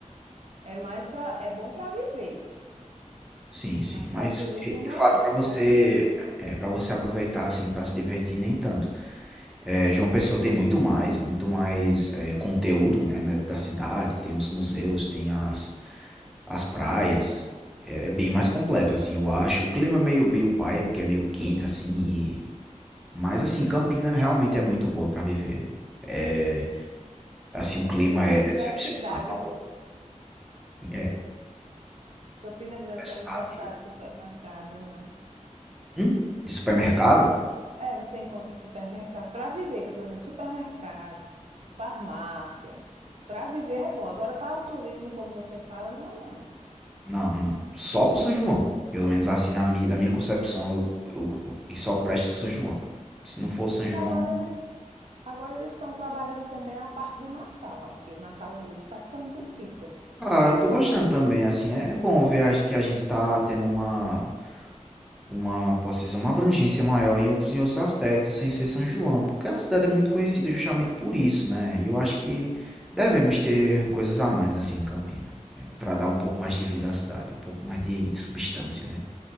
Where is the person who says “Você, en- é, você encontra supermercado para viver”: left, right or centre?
Right